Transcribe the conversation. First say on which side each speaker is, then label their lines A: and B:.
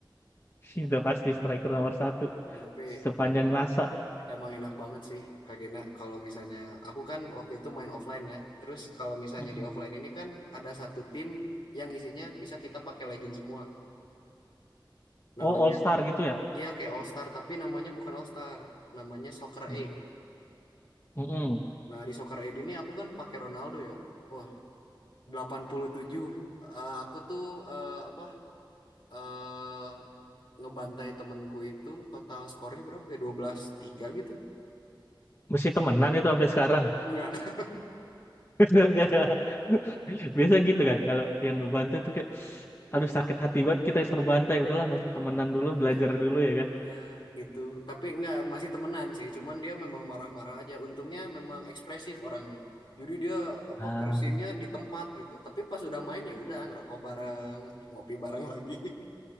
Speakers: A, on the left; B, on the left.
A: <laughs> Udah pasti striker nomor satu
B: Ya, tapi
A: sepanjang
B: emang
A: masa.
B: emang enak banget sih Kak Gena kalau misalnya aku kan waktu itu main offline ya. Terus kalau misalnya
A: Mm-mm.
B: di offline ini kan ada satu tim yang isinya bisa kita pakai legend semua. Namanya
A: Oh All Star gitu ya?
B: iya kayak All Star tapi namanya bukan All Star, namanya Soccer
A: Mm-mm.
B: Aid.
A: Mm-mm.
B: Nah, di Soccer Aid ini aku kan pakai Ronaldo ya. Wah, 87 Eh, aku tuh eh, apa eh ngebantai temenku itu total skornya berapa ya? dua belas tiga gitu.
A: Mesti temenan itu sampai sekarang.
B: Enggak.
A: <laughs> Udah nggak ada. <laughs> Biasa gitu kan kalau yang ngebantu itu kayak aduh sakit hati banget kita terbantai. Udahlah nggak usah temenan dulu,
B: Iya,
A: belajar dulu ya kan.
B: Iya gitu. Tapi enggak masih temenan sih. Cuman dia memang marah-marah aja. Untungnya memang ekspresif orangnya. Jadi dia apa
A: Ah.
B: cursingnya di tempat gitu. Tapi pas udah main ya udah ngerokok bareng, ngopi bareng lagi. <laughs>